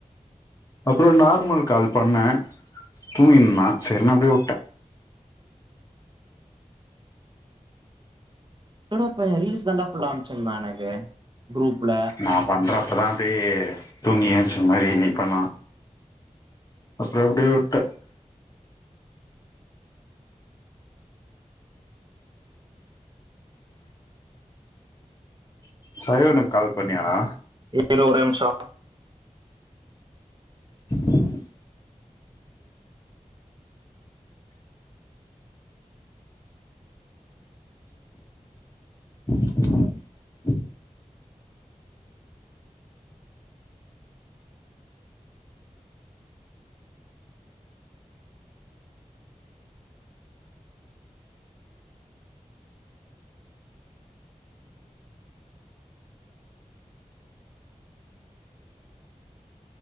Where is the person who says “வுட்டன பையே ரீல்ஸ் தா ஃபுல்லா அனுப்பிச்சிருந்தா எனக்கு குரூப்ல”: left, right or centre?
Right